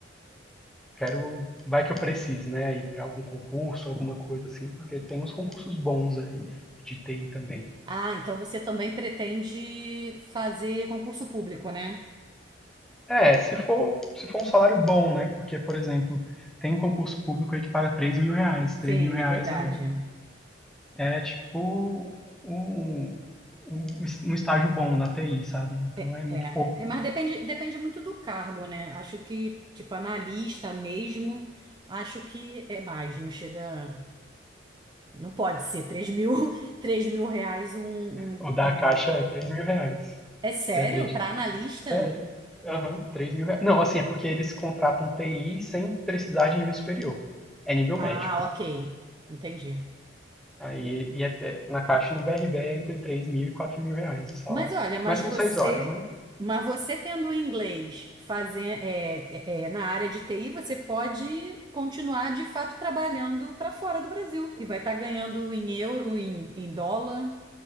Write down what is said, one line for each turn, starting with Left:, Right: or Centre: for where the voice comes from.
Centre: quero, vai que eu precise, né? Ir para algum concurso, alguma coisa assim, porque tem uns concursos bons aí de TI também.
Right: Ah, então você também pretende fazer concurso público, né?
Centre: É, se for, se for um salário bom, né? Porque, por exemplo, tem um concurso público aí que paga três mil reais.
Right: Sim,
Centre: três mil reais
Right: é verdade.
Centre: é, é É tipo um, um, um estágio bom na TI, sabe? Então
Right: É.
Centre: é muito pouco.
Right: É, Mas depende, depende muito do cargo, né? Acho que, tipo, analista mesmo, acho que é mais, não chega. Não pode ser 3 mil, <laughs> 3 mil reais um, um-
Centre: O da
Right: um-
Centre: Caixa é três mil reais.
Right: É sério?
Centre: Você acredita?
Right: Para analista?
Centre: Sério? Aham, três mil reais. Não, assim, é porque eles contratam TI sem precisar de nível superior. É nível
Right: Ah,
Centre: médio.
Right: ok. Entendi.
Centre: Aí, e até, na Caixa e no BRB é entre três mil e quatro mil reais de salário.
Right: Mas olha, mas
Centre: Mas são
Right: você,
Centre: 6 horas, né?
Right: mas você tendo o inglês fazer, é, é, é, na área de TI, você pode continuar de fato trabalhando para fora do Brasil e vai estar ganhando em euro, em, em dólar.